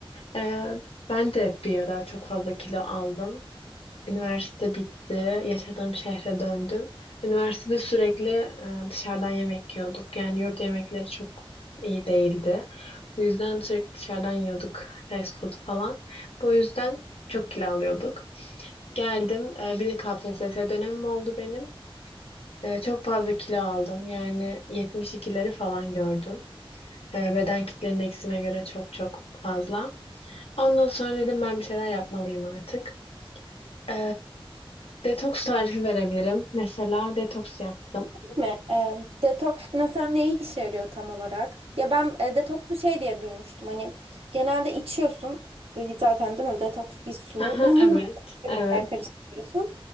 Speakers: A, on the left; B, on the right.
A: Ee, ben de bir ara çok fazla kilo aldım. Üniversite bitti, yaşadığım şehre döndüm. Üniversitede sürekli e, dışarıdan yemek yiyorduk. Yani yurt yemekleri çok iyi değildi. Bu yüzden sürekli dışarıdan yiyorduk fast food falan. Bu yüzden çok kilo alıyorduk. Geldim, e, bir de KPSS dönemim oldu benim. E, çok fazla kilo aldım. Yani 72'leri falan gördüm. E, beden kitle indeksime göre çok çok fazla. Ondan sonra dedim ben bir şeyler yapmalıyım artık. E, detoks tarifi verebilirim. Mesela detoks yaptım.
B: mi? E, detoks mesela ne işe yarıyor tam olarak? Ya ben e, detoksu şey diye duymuştum. Hani genelde içiyorsun e, zaten değil mi? Detoks bir su.
A: <laughs> Aha,
B: <laughs>
A: evet, evet.
B: Tekrar karıştırıyorsun.